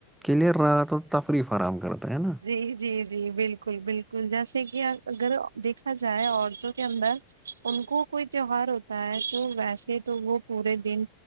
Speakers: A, in the centre; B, on the right.
A: کے لیے رات اور تفریح فراہم کرتا ہے نا
B: جی جی جی بالکل بالکل بالکل جیسے کہ اگر دیکھا جائے عورتوں کے اندر انک کوئی تیوہار ہوتا ہے تو ویسے تو وہ پورے دن